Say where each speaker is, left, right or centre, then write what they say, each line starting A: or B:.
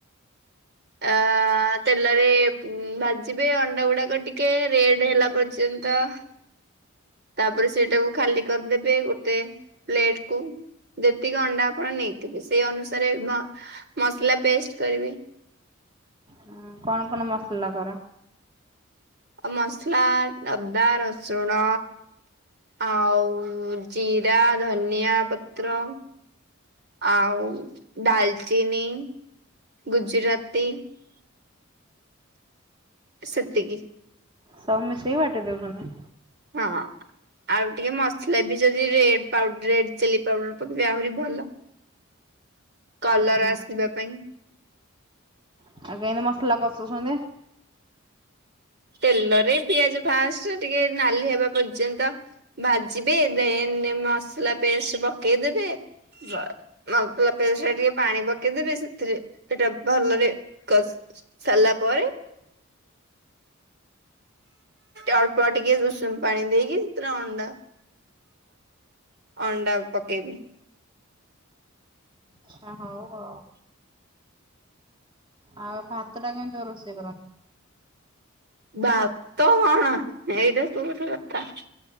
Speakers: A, on the right; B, on the right.
A: ଅଁ ତେଲରେ ପୁଁ ଭାଜିବେ ଅଣ୍ଡା ଗୁଡାକ ଟିକେ ରେଡ ହେଲା ପର୍ଯ୍ୟନ୍ ତଃ ତାପରେ ସେଇଟାକୁ ଖାଲି କରିଦେବେ ଗୋଟେ ପ୍ଲେଟ୍ କୁ। ଯେତିକି ଅଣ୍ଡା ଆପଣ ନେଇଥିବେ, ସେଇ ଅନୁସାରେ ମ ମସଲା ପେଷ୍ଟ କରିବେ।
B: ହଁ କଣ କଣ ମସଲା କର?
A: ଅ ମସଲା ଅଦା, ରସୁଣ ଆଉ ଜିରା, ଧନିଆ ପତ୍ର ଆଉ ଡାଲ୍ ଚିନି ଗୁଜୁରାତି ସେତିକି
B: ସବୁ ମିଶେଇ ବାଟି ଦେଉଛନ୍ତି।
A: ହଁ ଆଉ ଟିକେ ମସଲା ବି ଯଦି ରେବ୍ ପାଉଡ୍ରେଟ୍ ଚିଲି ପାଉଡର ପକେଇଲେ ଆହୁରି ଭଲ। କଲର୍
B: ହଁ
A: ଆସିବା ପାଇଁ।
B: ଆଉ କେମିତି ମସଲା କସୁଛନ୍ତି?
A: ତେଲରେ ପିଆଜ ଫାଷ୍ଟ ଟିକେ ନାଲି ହେବା ପର୍ଯ୍ୟନ୍ତ ଭାଜିବେ। ଦେ ନେ ମସଲା ପେଷ୍ଟ ପକେଇ ଦେବେ। ବାସ ମସଲା ପେଷ୍ଟରେ ଟିକେ ପାଣି ପକେଇଦେବେ। ସେଥିରେ ସେଟା ଭଲରେ କସ୍ ସାରଲା ପରେ ଅଳ୍ପଟିକେ ଉଷୁମ ପାଣି ଦେଇକି ସେଥିରେ ଅଣ୍ଡା ଅଣ୍ଡା ପକେଇବି।
B: ଛା ହୋଉ ହୋଉ। ଆଉ ଭାତଟା କେମିତି ରୋଷେଇ କରନ୍ତି?
A: ଭାତ କଣ ଏଇଟା ସବୁ ସେଇ ବାର୍ଟା।